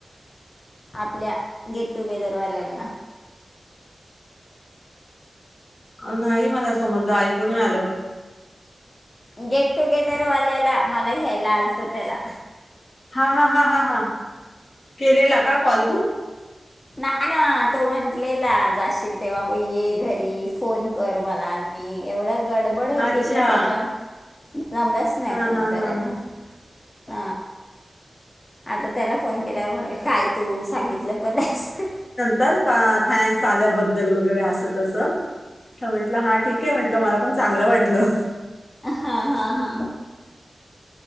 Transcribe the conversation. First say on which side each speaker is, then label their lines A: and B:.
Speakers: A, on the left; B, on the left.
A: आपल्या गेट टुगेदर वाल्यांना
B: नाही मला समज ऐकून आलं
A: गेट टुगेदरवाल्याला मला घ्यायला आलत त्याला.
B: हा हा हा हा हा केलेला का कॉल तू?
A: नाही ना तो म्हंटलेला जाशील तेव्हा ब ये घरी फोन कर मला मी एवढं गडबडीत गडबड होती
B: अच्छा
A: का त्याच्या जमल्याच नाही
B: हा
A: फोन
B: हा
A: करायला.
B: हा
A: ह आता त्याला फोन केल्यावर म्हणाल काय तू सांगितलं पण नाही.
B: तर का थँक्स आल्याबद्दल वगैरे असं तसं तर म्हंटलं हा ठीक आहे म्हंटलं मला पण चांगलं वाटलं.
A: हा हा हा